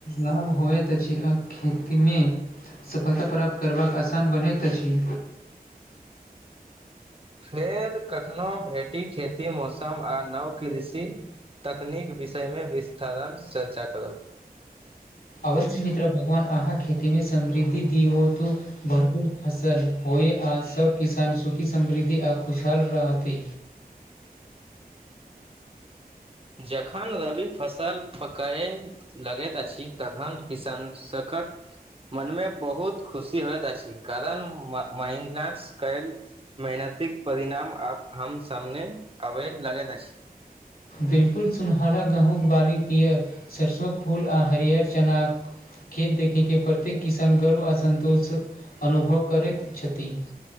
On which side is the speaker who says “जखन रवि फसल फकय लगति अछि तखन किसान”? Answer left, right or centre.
Right